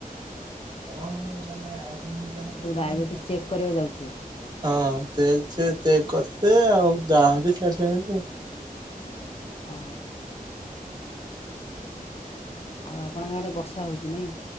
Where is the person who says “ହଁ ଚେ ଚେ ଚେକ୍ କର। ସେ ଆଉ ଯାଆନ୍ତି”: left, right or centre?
Right